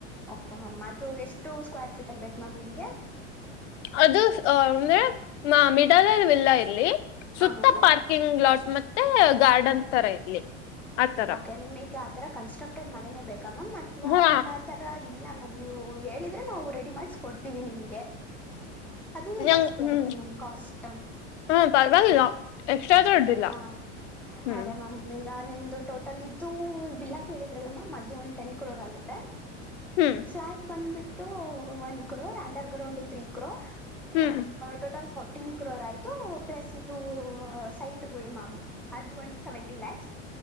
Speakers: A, in the centre; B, on the left.
A: ಕೆ ಮ್ಯಾಮ್ ಅದು ಎಷ್ಟು ಸ್ಕ್ವೇರ್ ಫೀಟ್ ಅಲ್ಲಿ ಬೇಕ ನಾಮ್ ನಿಗೆ
B: ಅದು ಅಂದ್ರೆ ನ ಮಿಡಾಲ ಇಲ್ಲ ಇರ್ಲ್ಲಿ ಸುತ್ತ
A: ಹಾ ಮ್ಯಾಮ್
B: ಪಾರ್ಕಿಂಗ್ ಲಾಟ್ ಮೆ ಮತ್ತೆ ಗಾರ್ಡನ್ ತರ ಇರ್ಲಿ ಆತರ
A: ಓಕೆ ನಿಮ್ ಈಗ ಆ ತರ ಕನ್ಸ್ಟ್ರಕ್ಟೆಡ್ ಮನೆನೆೇ ಕಮ ಮತ್ವಾ
B: ಹಾ
A: ಅನ ದಾತರ ಇ ಇಲ್ಲ ಮ್ಯ್ ನೀವು ಹೇಳಿದ್ರೆ ನಾವು ರೆಡಿ ಮಾಡಸ್ಕೊಡ್ತೀವಿ ನಿಮ್ಗೆ ಅದನ್ನ
B: ನಂಗ್
A: ಜಾಸ್ತಿ
B: ಹ್ಮ್
A: ಆಗತ್ತೆ ಮ್ಯಾಮ್ ಕಾಸ್ಟ್
B: ಹಾ ಪರವಾಗಿಲ್ಲ ಎಕ್ಸ್ಟ್ರಾ ದುಡ್ಡಿಲ್ಲ
A: ಹ
B: ಹ್ಮ್
A: ಅದಮ್ಮಿ ಲ್ಲ ನಿಮ್ದು ಟೋಟಲ್ ಇದು ವಿಲ್ಲಾ ಕೇಳಿದ್ರಲ್ಲ ಮ್ಯಾಮ್ ಅದು ಒಂದು್ ಟೆನ್ ಕ್ರೋರ್ ಆಗುತ್ತೆ
B: ಹ್ಮ್
A: ಫಲ್ಯಾಟ್ ಬಂದ್ಬಿಟ್ಟು ತೋ one crore underground three crore
B: ಹ್ಮ್
A: ಟೋಟಲ್ ಫೋ ಟೀನ್ ಕ್ರೋರ್ ಆಯ್ತು ಪ್ಲಸ್ ಇದು ಸೈಟ್ ಮಾಯಾಮ್ ಅದು ಒನ್ ಸೆವೆಂಟಿ ಲ್ಯಾಕ್ಸ್